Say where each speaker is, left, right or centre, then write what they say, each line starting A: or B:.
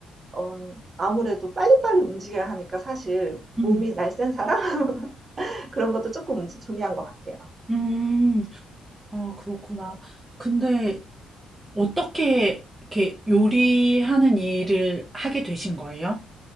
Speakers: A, on the right; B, on the right.
A: 어 아무래도 빨리빨리 움직여야 하니까 사실 몸이
B: 음.
A: 날쌘 사람 <laughs> 그런 것도 조금 움직 중요한 것 같아요.
B: 음, 아, 그렇구나. 근데 어떻게 이렇게 요리하는 일을 하게 되신 거예요?